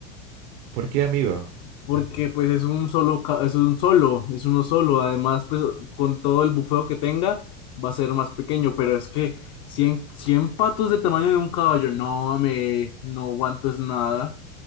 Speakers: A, on the right (about 45°); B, on the left (about 35°).
A: ¿Por qué, amigo?
B: porque pues es un solo, ca- es un solo, es uno solo. Además, pues con todo el bufeo que tenga, va a ser más pequeño, pero es que cien 100 patos del tamaño de un caballo, no, me, no aguanto es nada.